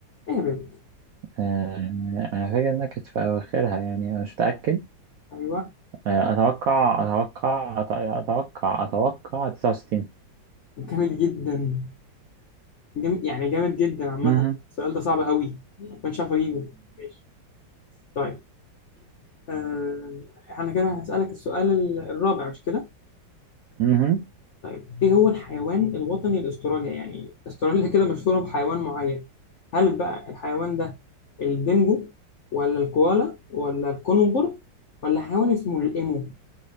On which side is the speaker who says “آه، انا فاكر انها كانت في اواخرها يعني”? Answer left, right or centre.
Right